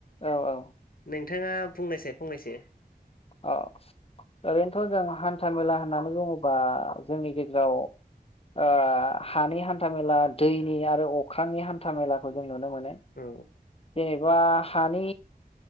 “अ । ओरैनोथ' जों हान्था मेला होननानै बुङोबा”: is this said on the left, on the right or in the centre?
Left